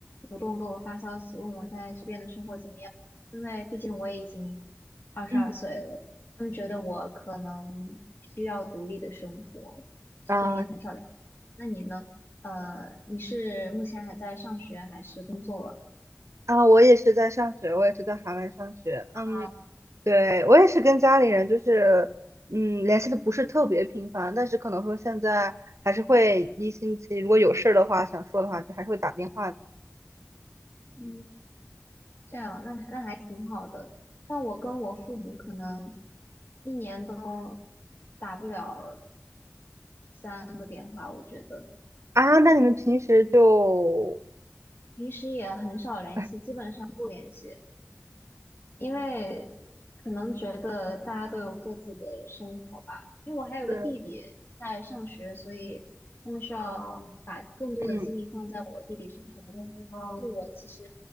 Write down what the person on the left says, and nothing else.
主动给我发消息问我在这边的生活怎么样，因为毕竟我也已经二十二岁了，
他们觉得我可能需要独立的生活，所以很少联系。
那你呢？呃，你是目前还在上学还是工作了？
啊，
嗯，这样，那那还挺好的。但我跟我父母可能一年都打不了三个电话，我觉得
平时也很少联系，
基本上不联系，因为可能觉得大家都有各自的生活吧。因为我还有个弟弟在上学，
所以他们需要把更多的精力放在我弟弟身上，
因为我其实